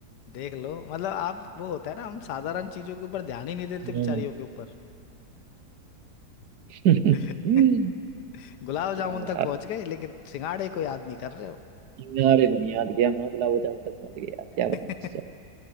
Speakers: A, on the left; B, on the right.
A: देख लो मतलब आप वो होता है ना हम साधारण चीजों के ऊपर ध्यान ही नहीं देते
B: हम्म,
A: बेचारियों के ऊपर
B: <laughs>
A: <laughs> गुलाब जामुन
B: क्या यार
A: तक पहुंच गए लेकिन सिंगाड़े को याद नहीं कर रहे हो
B: यार ये नहीं याद गया हाँ गुलाब जामुन तक पहुंच गया यार क्या बताएं
A: <laughs>
B: चलो